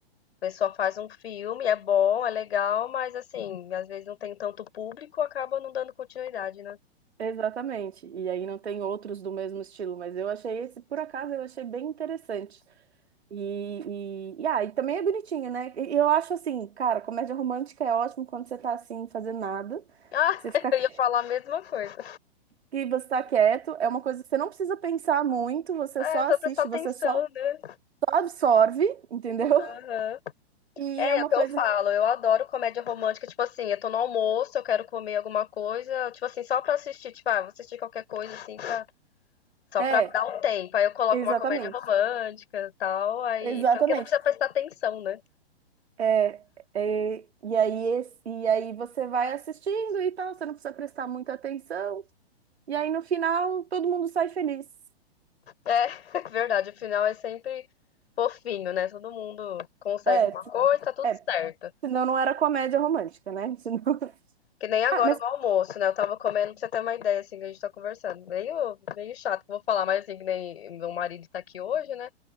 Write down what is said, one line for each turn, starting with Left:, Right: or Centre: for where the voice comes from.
Left: pessoa faz um filme, é bom, é legal, mas assim, às vezes não tem tanto público, acaba não dando continuidade, né?
Right: Exatamente. E aí não tem outros do mesmo estilo, mas eu achei esse, por acaso, eu achei bem interessante. E, e, e, ah, e também é bonitinho, né? E e eu acho assim, cara, comédia romântica é ótimo quando você tá assim, fazendo nada,
Left: Ah,
Right: que você
Left: <laughs>
Right: fica
Left: eu
Right: <laughs>
Left: ia falar a mesma coisa.
Right: que você tá quieto, é uma coisa que você não precisa pensar muito, você
Left: É,
Right: só
Left: pra
Right: assiste,
Left: prestar atenção,
Right: você só,
Left: né?
Right: só absorve, entendeu?
Left: Aham.
Right: <laughs> E
Left: É,
Right: é uma
Left: é o que
Right: coisa
Left: eu falo,
Right: que.
Left: eu adoro comédia romântica, tipo assim, eu tô no almoço, eu quero comer alguma coisa, tipo assim, só pra assistir, tipo, ah, vou assistir qualquer coisa assim, pra, só
Right: É,
Left: pra dar um tempo. Aí eu coloco
Right: Exatamente,
Left: uma comédia romântica e tal, aí
Right: exatamente.
Left: porque não precisa prestar atenção, né?
Right: É, é, e aí esse- e aí você vai assistindo e tal, você não precisa prestar muita atenção. E aí no final todo mundo sai feliz.
Left: É, <laughs> verdade, o final é sempre fofinho, né? Todo mundo consegue
Right: É,
Left: alguma
Right: t-
Left: coisa, tá tudo
Right: é,
Left: certo.
Right: senão não era comédia romântica, né? Senão... <laughs>
Left: Que nem agora
Right: Ah, mas
Left: no almoço, né? Eu tava comendo pra você ter uma ideia, assim, que a gente tá conversando. Meio, meio chato que eu vou falar, mas assim, que nem meu marido tá aqui hoje, né?